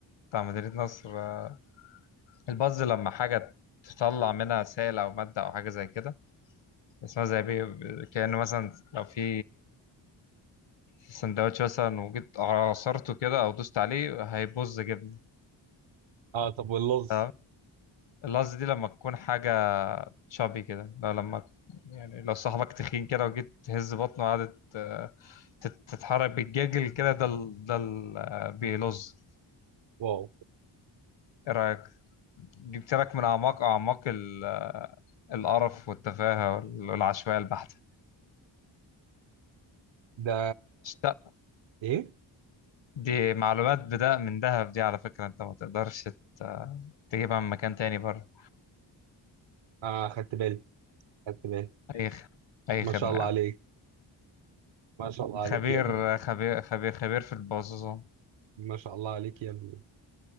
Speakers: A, on the left; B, on the right.
A: بتاع مدينه نصر آه. البز لما حاجه تطلع منها سائل او ماده او حاجه زي كده اسمها زي بي كأنه مثلا لو في السندوتش مثلا وجيت عصرته كده او دوست عليه هيبوظ جبنه
B: أه طب واللظ
A: تمام اللحظه دي لما تكون حاجه شابي كده لو لما يعني لو صاحبك تخين كده وجيت تهز بطنه وقعدت آه، تت- تتحرك بالجاجل كده ده ال- ده ال- آه، بيلظ
B: واو
A: ايه رايك جبت لك من اعماق اعماق ال- آه، القرف والتفاهه وال- والعشوائيه البحته
B: ده
A: اشت-
B: ايه
A: دي معلومات بدأ من دهب دي على فكره انت ما تقدرش ت- تجيبها من مكان تاني بره
B: اه خدت بالي خدت بالي
A: اي خ- اي
B: ما
A: خدمه
B: شاء الله
A: يا عم
B: عليك ما شاء الله عليك
A: خبير
B: يا ابني
A: خبير خبير خبير في البازوزة
B: ما شاء الله عليك يا ابني